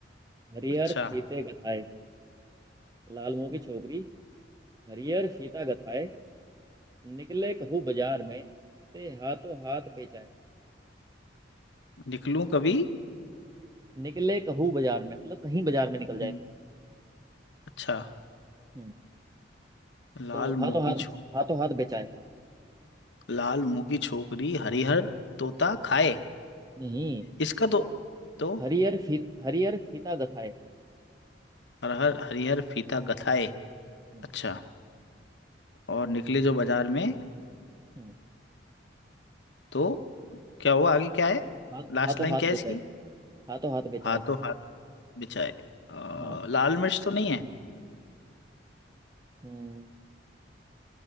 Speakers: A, on the right; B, on the left.
A: हरिहर
B: अच्छा
A: फीते गथाए लाल मुंह की छोकरी हरिहर फीता गथाए निकले कहूँ बाजार में ते हाथों हाथ बेचाए
B: निकलूं कभी
A: निकले कहूँ बाजार में मतलब कहीं बाजार में निकल जाए
B: हम्म
A: तो
B: अच्छा
A: हम्म
B: लाल
A: तो हाथों
B: मुंह की
A: हाथ
B: छू
A: हाथों हाथ बेचाए
B: लाल मुंह की छोकरी हरिहर तोता खाए
A: नहीं
B: इसका तो तो
A: हरिहर फीत हरिहर फीता गथाए
B: हरहर हरिहर फीता गथाए
A: हम्म
B: अच्छा और निकले जो बाजार में
A: हम्म
B: तो क्या हुआ आगे क्या है
A: हाथ
B: लास्ट
A: हाथों
B: लाइन
A: हाथ
B: क्या है इसकी
A: बेचाए हाथों हाथ बेचाए
B: हाथों हाथ बिछाए अ,
A: हाँ
B: लाल मिर्च तो नहीं है
A: हम्म